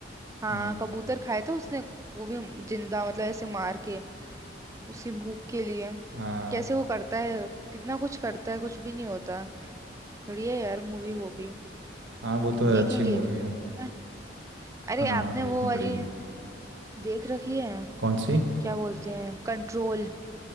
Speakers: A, on the right; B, on the right.
A: हाँ
B: हाँ
A: कबूतर खाए थे उसने वो भी जिंदा मतलब ऐसे मार के उसी भूख के लिए
B: हाँ
A: कैसे वो करता है कितना कुछ करता है कुछ भी नहीं होता बढ़िया यार मूवी वो भी
B: हाँ वो तो
A: देखेंगे
B: अच्छी मूवी
A: किसी
B: है
A: दिन क्या अरे
B: हाँ
A: आपने
B: देखनी
A: वो वाली
B: पड़ेगी
A: देख रखी है
B: कौन सी
A: क्या बोलते हैं control